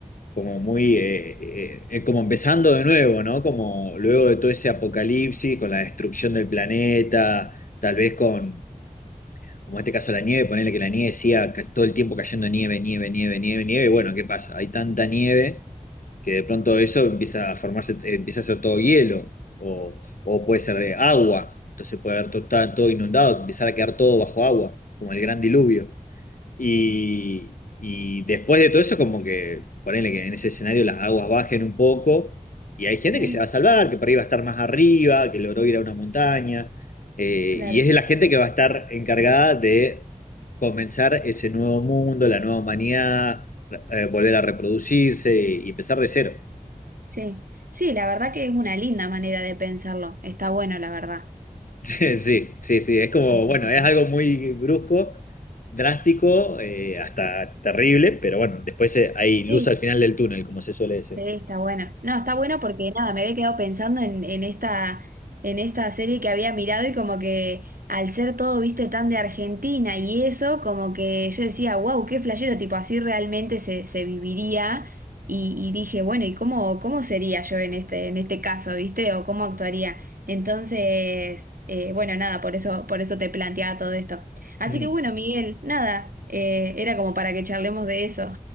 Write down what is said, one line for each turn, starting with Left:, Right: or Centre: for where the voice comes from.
Left: como muy, eh, eh, eh, como empezando de nuevo, ¿no? Como luego de todo ese apocalipsis, con la destrucción del planeta, tal vez con, como en este caso la nieve, ponerle que la nieve siga ca- todo el tiempo cayendo nieve, nieve, nieve, nieve, nieve, y bueno, ¿qué pasa? Hay tanta nieve que de pronto eso empieza a formarse, eh, empieza a ser todo hielo, o, o puede ser de agua, entonces puede haber todo, está todo inundado, empezar a quedar todo bajo agua, como el gran diluvio. Y, y después de todo eso, como que ponele que en ese escenario las aguas bajen un poco y hay gente
Right: sí,
Left: que se va a salvar, que por ahí va a estar más arriba, que logró ir a una montaña. eh,
Right: claro,
Left: y es de la gente que va a estar encargada de comenzar ese nuevo mundo, la nueva humanidad, eh, volver a reproducirse y empezar de cero. <laughs>
Right: sí. Sí, la verdad que es una linda manera de pensarlo. Está bueno, la verdad.
Left: Sí, sí, sí, es como,
Right: Así
Left: bueno,
Right: que,
Left: es algo muy brusco, drástico, eh, hasta terrible, pero bueno, después eh, hay luz
Right: sí,
Left: al final del túnel, como se suele decir.
Right: Sí, está bueno. No, está bueno porque nada, me había quedado pensando en, en esta, en esta serie que había mirado y como que al ser todo, viste, tan de Argentina y eso, como que yo decía, wow, qué flashero, tipo, así realmente se, se viviría. Y, y dije, bueno, ¿y cómo, cómo sería yo en este, en este caso, viste? ¿O cómo actuaría? Entonces, eh, bueno, nada, por eso, por eso te planteaba todo esto. Así
Left: Mm.
Right: que bueno, Miguel, nada, eh, era como para que charlemos de eso.